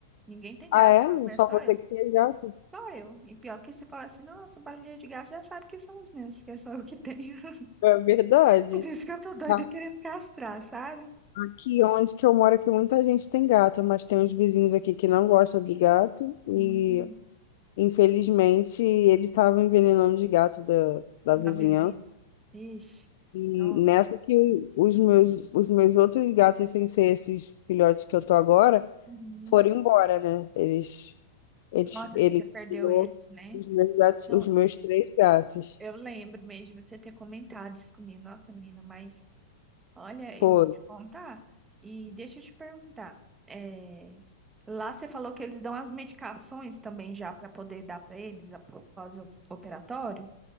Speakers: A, on the right; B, on the left.
A: Ninguém tem
B: Ah,
A: gato,
B: é?
A: não
B: Só
A: é só
B: você
A: eu.
B: que tem gato?
A: Só eu. E pior que se falar assim, nossa, barulhinho de gato já sabe que são os meus, porque é só eu que tenho. <laughs>
B: É verdade.
A: Por isso que eu tô doida
B: A-
A: querendo castrar, sabe?
B: Aqui onde que eu moro, aqui muita gente tem gato, mas tem uns vizinhos aqui que não gostam de gato e,
A: Hum,
B: infelizmente, ele estava envenenando os gatos da, da vizinhança.
A: a vizinha. Ixi.
B: E
A: Não.
B: nessa que os meus, os meus outros gatos, sem ser esses filhotes que eu tô agora,
A: Uhum.
B: foram embora, né? Eles, eles,
A: Nossa,
B: ele
A: que você perdeu
B: tirou
A: ele, né?
B: os meus gatos,
A: Não,
B: os meus três gatos.
A: eu lembro mesmo de você ter comentado isso comigo. Nossa, menina, mas olha,
B: Foram.
A: eu vou te contar. E deixa eu te perguntar. É... Lá você falou que eles dão as medicações também já para poder dar para eles após o operatório?